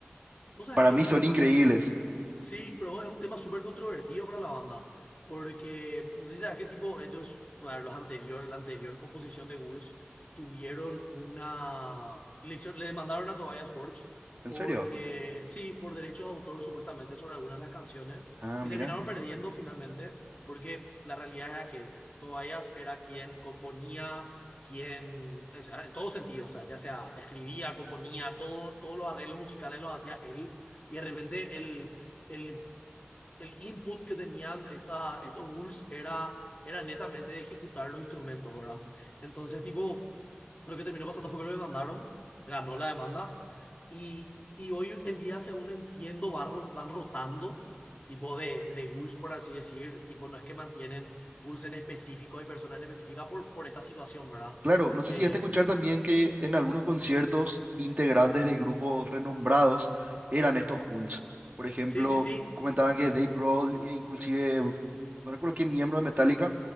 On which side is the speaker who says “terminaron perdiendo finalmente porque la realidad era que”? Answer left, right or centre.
Left